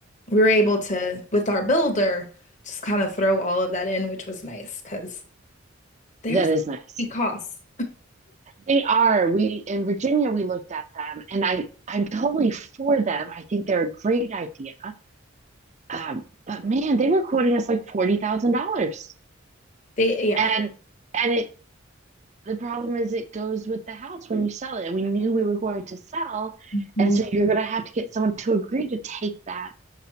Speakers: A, on the left (about 40°); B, on the right (about 35°).
A: we were able to, with our builder, just kind of throw all of that in, which was nice because there's
B: that is nice.
A: hefty costs.
B: They are. We in Virginia we looked at them, and I I'm totally for them. I think they're a great idea. Um, but man, they were quoting us like forty thousand dollars,
A: They, yeah.
B: and and it the problem is it goes with the house when you sell it. We knew we were going to sell,
A: Mhm.
B: and so you're going to have to get someone to agree to take that